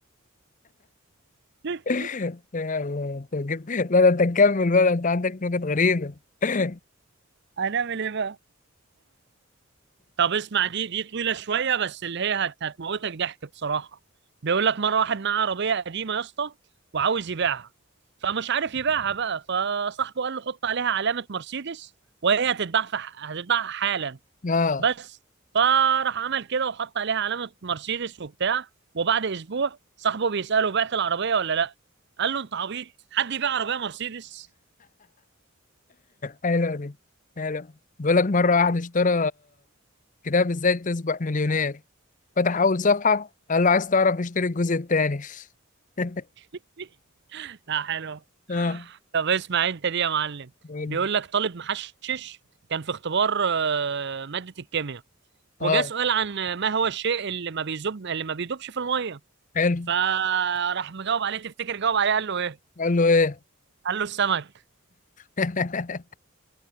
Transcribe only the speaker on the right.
<laughs>
هنعمل ايه بقى طب اسمع دي دي طويلة شوية بس اللي هي هت هتموتك ضحك بصراحة بيقول لك مرة واحد معاه عربية قديمة يا اسطى وعاوز يبيعها فمش عارف يبيعها بقى فصاحبه قال له حط عليها علامة مرسيدس وهي هتتباع في ح- هتتباع حالا
بس فراح عمل كده وحط عليها علامة مرسيدس وبتاع وبعد أسبوع صاحبه بيسأله بعت العربية ولا لأ قال له أنت عبيط حد يبيع عربية مرسيدس
<laughs> لا حلو
طب اسمع انت دي يا معلم
بيقول
لك طالب محشش كان في اختبار آه، مادة الكيمياء وجا
سؤال عن ما هو الشيء اللي ما بيذوب اللي ما بيدوبش في المية
فراح مجاوب عليه تفتكر جاوب عليه قال له ايه
قال له السمك